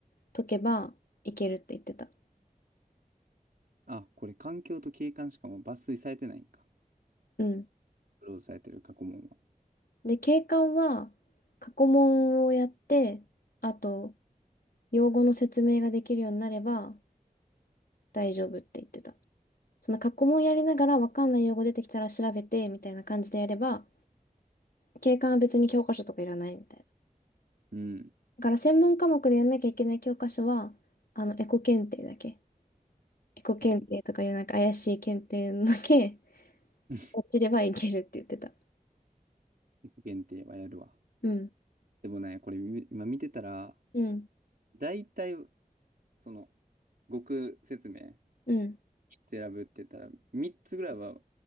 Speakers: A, on the left; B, on the right.
A: 解けばいけるって言ってた。
B: あ、これ環境と景観しかもう抜粋されてないんか。
A: うん。
B: クローズされてる過去問は。
A: で、景観は、過去問をやって、あと、用語の説明ができるようになれば大丈夫って言ってた。その過去問やりながら分かんない用語出てきたら調べてみたいな感じでやれば、景観は別に教科書とかいらないみたいな。
B: うん。い
A: だから専門科目でやんなきゃいけない教科書は、あの、エコ検定だけ。エコ検定とかいうなんか怪しい検定のだけ、
B: や、<laughs>
A: <laughs>
B: 自
A: 落ちればいけるって言ってた。
B: 己限定はやるわ。
A: うん。
B: でもね、これ今見てたら、
A: うん。
B: 大体、その、語句説明。
A: うん。
B: 選ぶって言ったら、3つぐらいは